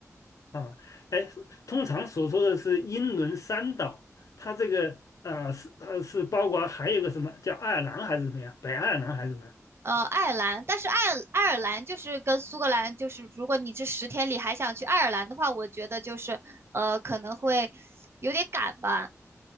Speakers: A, on the left (about 70°); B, on the right (about 45°).
A: 啊，哎，通常所说的是英伦三岛，它这个啊是呃是包括还有一个什么叫爱尔兰还是怎么样，北爱尔兰还是什么？
B: 呃，爱尔兰，但是爱尔爱尔兰就是跟苏格兰，就是如果你这十天里还想去爱尔兰的话，我觉得就是呃可能会有点赶吧。